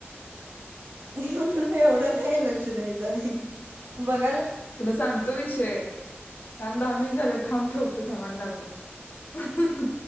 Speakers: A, on the right (about 60°); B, on the left (about 45°).
A: एवढ एवढा काय लक्ष द्या आहे ब <unintelligible>
B: तुला सांगतो विषय थांब दहा मिनट झाले थांब ठेकतो थांबा आणि लावतो.